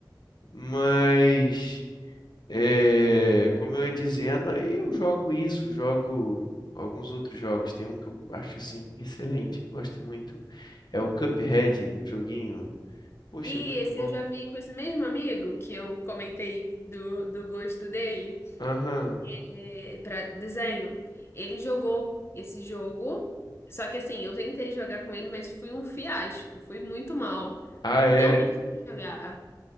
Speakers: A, on the left; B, on the left.
A: Mas, é, como eu ia dizendo, aí eu jogo isso, jogo alguns outros jogos. Tem um que eu acho, assim, excelente, gosto muito. É o Cuphead, um joguinho, poxa,
B: E
A: muito
B: esse
A: bom.
B: eu já vi com esse mesmo amigo que eu comentei do, do gosto dele
A: Aham,
B: é, para desenho. Ele jogou esse jogo, só que assim, eu tentei jogar com ele, mas fui um fiasco, fui muito mal.
A: Ah, é.
B: Não consegui jogar.